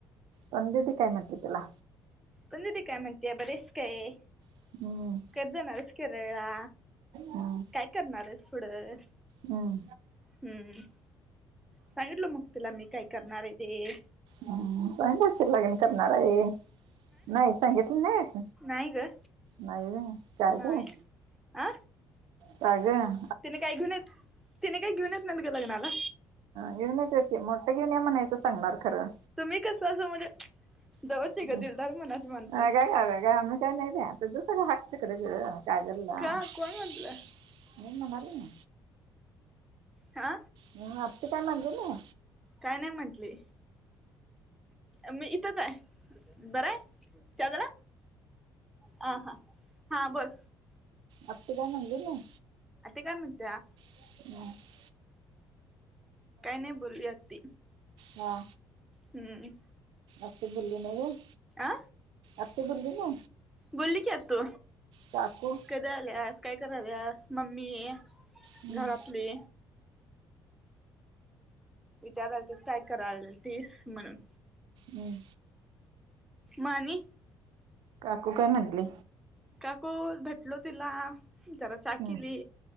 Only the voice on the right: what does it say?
पंनु दीदी काय म्हटली तुला?
हम्म
हम्म
हम्म
हुं.. सांगितली असशील लगीन करणार आहे. नाही सांगितली नाहीस,
नाही व्हयं का
गं?
का, गं.
घेरून मोठ्या घेउन म् हणायचं सांगणार खरं..
<unintelligible> <unintelligible>
मी म्हणाल ना.
मग आपी काय म्हणली नाय?
आपी काय म्हणली नाय?
हम्
हा
आपी बोलली नव्हं.
आती बोलली ना?
काकू
हम्म,
हम्म
काकू काय म्हणली?
हम्म,